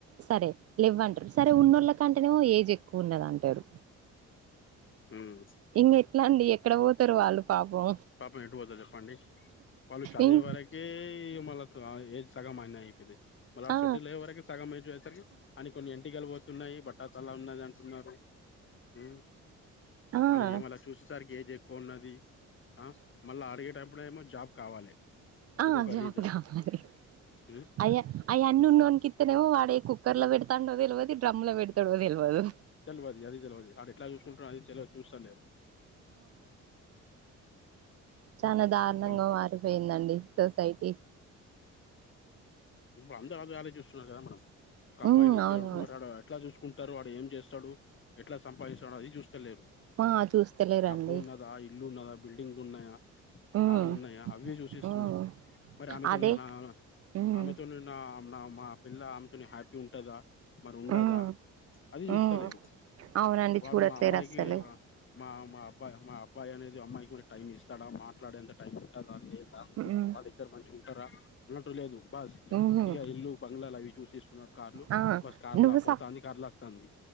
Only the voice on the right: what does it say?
సరే లేవ్వంటారు సరే ఉన్నోళ్ళ కంటేనే ఏజ్ ఎక్కువ ఉన్నదంటారు
ఇంక ఎట్లాండి ఎక్కడ పోతారు వాళ్ళు పాపం
ఇం
ఆ
ఆ
ఆ
జాబు
కావాలి
అయ్యా అయన్నీ ఉన్నోనికి ఇత్తనేమో వాడే కుక్కర్ లో పెడతాండో తెలవదు డ్రమ్ లో పెడతడో తెలవదు
చాలా దారుణంగా
మారిపోయిందండి సొసైటీ
ఉమ్
అవును
ఆ చూస్తలేరండి
ఉమ్
ఉమ్
అదే
ఉమ్
ఉమ్
ఉమ్
అవునండి
చూడట్లేరు
అస్సలు
ఉమ్
ఉహు
ఆ
నువ్వు
సా